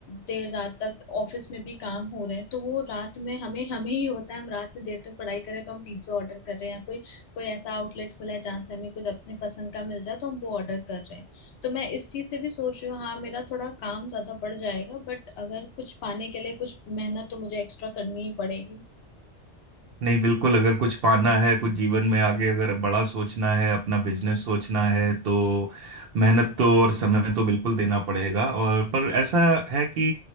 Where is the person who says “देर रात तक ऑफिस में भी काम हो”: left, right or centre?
Left